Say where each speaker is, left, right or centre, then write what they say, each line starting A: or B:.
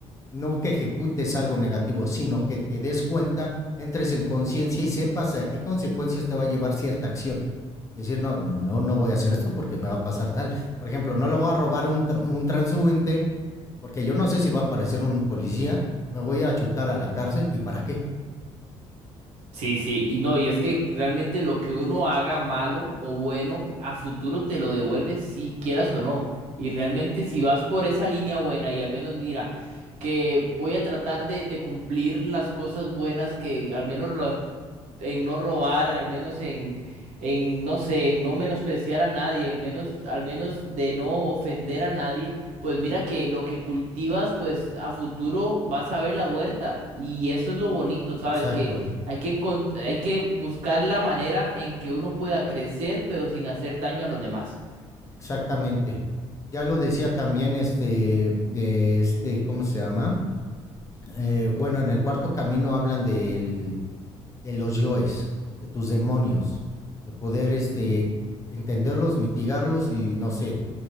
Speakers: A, on the left; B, on the right.
A: No que ejecutes algo negativo, sino que te des cuenta, entres en conciencia y sepas a qué consecuencias te va a llevar cierta acción. Y decir, no, no, no, no voy a hacer esto porque me va a pasar tal. Por ejemplo, no lo voy a robar un, tran- un transeúnte porque yo no sé si va a aparecer un policía, me voy a chutar a la cárcel y para qué.
B: Sí, sí, y no, y es que realmente lo que uno haga malo o bueno, a futuro te lo devuelve si quieras o no. Y realmente si vas por esa línea buena y al menos mira, que voy a tratar de, de cumplir las cosas buenas que al menos las en no robar, al menos en, en, no sé, en no menospreciar a nadie, en menos, al menos de no ofender a nadie, pues mira que lo que cultivas, pues a futuro vas a ver la huerta. Y eso es lo bonito, ¿sabes?
A: Exacto,
B: Que hay que, con- hay que buscar la manera en que uno pueda crecer, pero sin hacer daño a los demás.
A: exactamente. Ya lo decía también este, de este, ¿cómo se llama? Eh, bueno, en el cuarto camino hablan del de los yoes, de tus demonios, de poder este, entenderlos, mitigarlos y no sé,